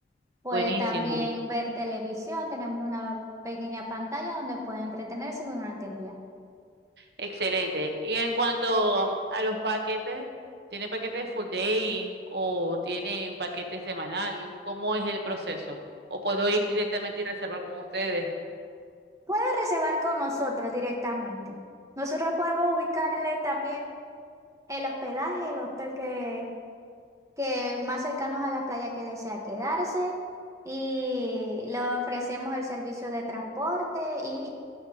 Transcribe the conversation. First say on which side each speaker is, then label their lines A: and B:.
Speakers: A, on the right (about 20°); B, on the right (about 65°).
A: puede
B: Buenísimo,
A: también ver televisión, tenemos una pequeña pantalla donde puede entretenerse durante el viaje.
B: excelente. Y en cuanto a, a los paquetes, ¿tienen paquetes full day o tienen paquete semanal? ¿Cómo es el proceso? ¿O puedo ir directamente y reservar con ustedes?
A: Puede reservar con nosotros directamente. Nosotros podemos ubicarle también el hospedaje, el hotel que que más cercanos a la playa que desea quedarse y le ofrecemos el servicio de transporte y,